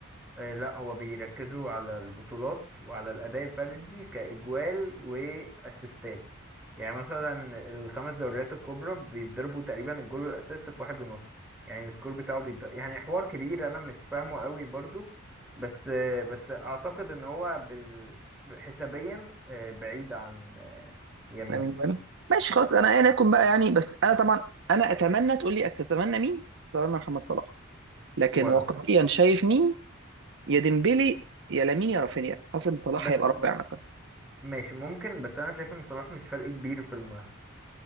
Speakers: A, in the centre; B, on the right.
A: آه، لا هو بيركزوا على البطولات وعلى الأداء الفردي كإجوال وأسيستات يعني مثلا الخمس دوريات الكبرى بيتضربوا تقريبا الجول والأسيست في واحد ونص يعني السكور بتاعه بيتضرب يعني حوار كبير أنا مش فاهمه قوي برضو بس آه، بس أعتقد إن هو بال- حسابيا آه، بعيد عن آه، يمين
B: لامين يامال ماشي خلاص انا ايا يكن بقى يعني بس انا طبعا انا اتمنى تقول لي اتتمنى مين؟ اتمنى محمد صلاح لكن
A: وانا
B: واقعيا
A: برضه
B: شايف مين؟ يا ديمبلي يا لامين يا رافينيا حاسس ان صلاح
A: بس
B: هيبقى رابع مثلا
A: ماشي ممكن بس انا شايف ان صلاح مش فرق كبير في المنافسه